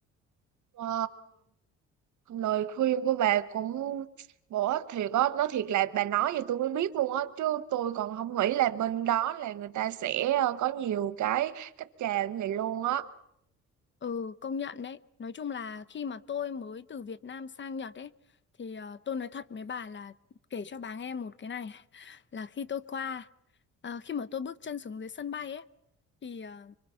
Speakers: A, on the right; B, on the left.
A: ờ, lời khuyên của bà cũng bổ ích thiệt á, nói thiệt là bà nói thì tôi mới biết luôn á, chứ tôi còn không nghĩ là bên đó là người ta sẽ ờ, có nhiều cái cách chào như vậy luôn á.
B: Ừ, công nhận đấy. Nói chung là khi mà tôi mới từ Việt Nam sang Nhật ấy, thì ờ, tôi nói thật với bà là kể cho bà nghe một cái này <laughs> là khi tôi qua, ờ, khi mà tôi bước chân xuống dưới sân bay ấy, thì ờ,